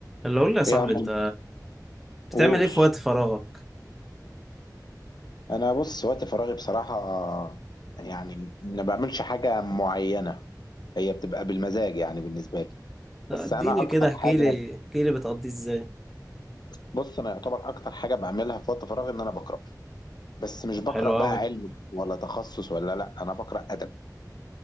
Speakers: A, in the centre; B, on the left.
A: اللي اقول لي يا صاحبي
B: ايه يا عم
A: انت بتعمل
B: قول
A: ايه في وقت فراغك
B: انا بص وقت فراغي بصراحه يعني ما بعملش حاجه معينه هي بتبقى بالمزاج يعني بالنسبه لي بس
A: آه، اديني
B: انا اكتر
A: كده احكي
B: حاجه
A: لي احكي لي بتقضيه ازاي
B: بص انا يعتبر اكتر حاجه بعملها في وقت فراغي ان انا بقرا بس مش
A: طب
B: بقرا
A: حلو
B: بقى
A: قوي
B: علم ولا تخصص ولا لا انا بقرا ادب